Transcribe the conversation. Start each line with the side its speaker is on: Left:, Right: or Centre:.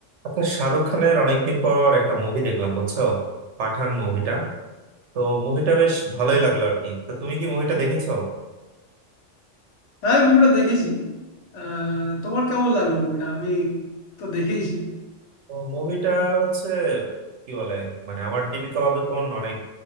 Right: আচ্ছা শাহরুখ খানের অনেকদিন পর একটা মুভি দেখলাম বুঝছো পাঠান মুভিটা তো মুভিটা বেশ ভালোই
Left: হ্যাঁ
Right: লাগলো আর কি তো তুমি কি মুভিটা দেখেছো
Left: হ্যাঁ আমি মুভিটা দেখেছি আহ, তোমার কেমন লাগলো মুভিটা আমি তো দেখেইছি
Right: তো মুভিটা হচ্ছে কি বলে মানে আমার দীপিকা পাদুকোন অনেক